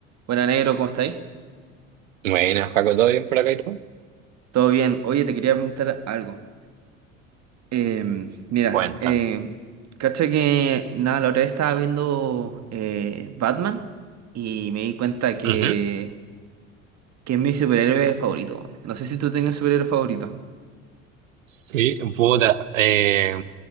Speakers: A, on the right; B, on the right.
A: Buena negro, ¿cómo estáis?
B: Buenas, Paco, ¿todo bien por acá y tú?
A: ¿Todo bien? Oye, te quería preguntar algo. Em, mira,
B: Cuentan.
A: eh, cacha que nada, la otra vez estaba viendo eh, Batman y me di cuenta que,
B: Ujú.
A: que es mi superhéroe favorito. weón. No sé si tú tenías un superhéroe favorito.
B: Sí, puta, eh,